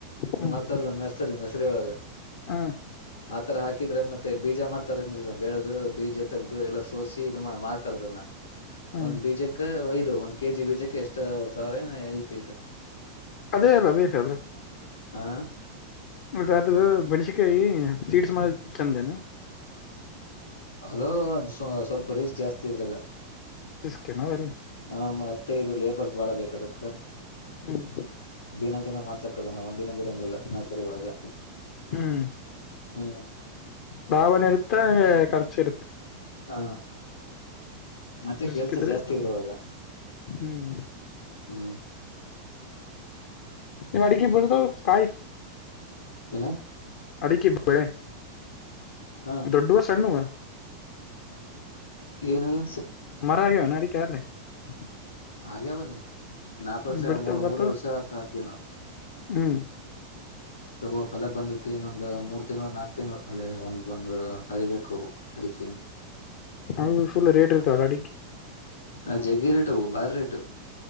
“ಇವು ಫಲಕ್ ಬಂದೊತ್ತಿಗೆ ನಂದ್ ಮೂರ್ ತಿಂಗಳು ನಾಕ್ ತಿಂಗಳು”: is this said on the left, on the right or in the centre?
Left